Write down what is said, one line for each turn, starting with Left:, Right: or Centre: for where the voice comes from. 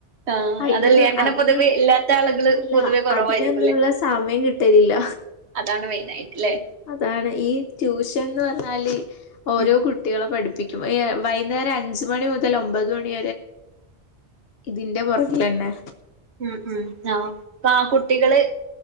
Right: ആഹ്
Left: അതിനൊന്നും
Right: അതല്ലേ അങ്ങനെ
Left: അതിനൊന്നും
Right: പൊതുവെ ഇല്ലാത്ത ആളുകള്
Left: അല്ല
Right: പൊതുവെ കുറവായിരിക്കുംല്ലേ
Left: അതിനൊന്നുള്ള സമയം കിട്ടരില്ല
Right: അതാണ് മെയിനായിട്ട്ല്ലേ
Left: അതാണ് ഈ ട്യൂഷൻ ന്ന് പറഞ്ഞാല് ഓരോ
Right: ഉം
Left: കുട്ടികളെ പഠിപ്പിക്കും വകേര അഞ്ചച്ണ മുതൽ ഒമ്പത് മണി ഇതിന്റെ പുറക തന്നെ
Right: ഉം ഉം ആഹ് ആ കുട്ടികള്